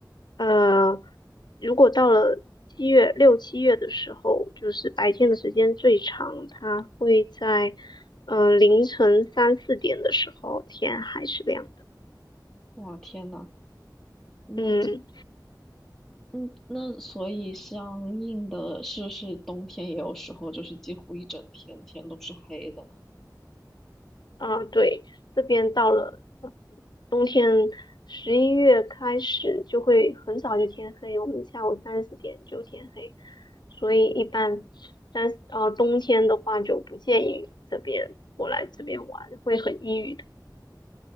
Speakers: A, on the left; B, in the centre.
A: 呃，如果到了七月、六七月的时候，就是白天的时间最长，它会在嗯、呃凌晨三四点的时候，天还是亮的。
B: 哇，天呐，那
A: 嗯。
B: 嗯，那所以相应的是不是冬天也有时候就是几乎一整天天都是黑的呢？
A: 啊，对，这边到了呃冬天，十一月开始就会很早就天黑，我们下午三四点就天黑，所以一般三，呃，冬天的话就不建议这边过来这边玩，会很抑郁的。